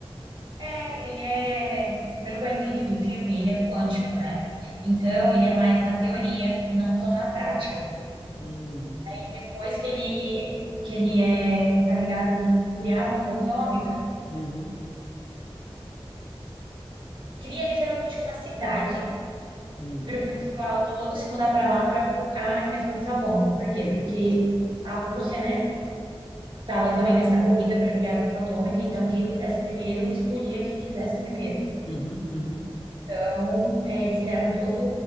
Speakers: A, on the right; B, on the left.
A: É, ele é, pelo que eu entendi do filme, ele é quântico, né? Então, ele é mais na teoria, não tão na prática.
B: Hum,
A: E depois que ele, que ele é encarregado de criar a bomba atômica,
B: uhum,
A: cria literalmente uma cidade
B: hum,
A: para o pessoal todo se mudar para lá para focar na criação dessa bomba. Por quê?
B: entendi.
A: Porque a Rússia, né, estava também nessa corrida para criar a bomba atômica, então quem fizesse primeiro explodia quem quisesse primeiro.
B: Uhum, uhum.
A: Então, é, eles criaram toda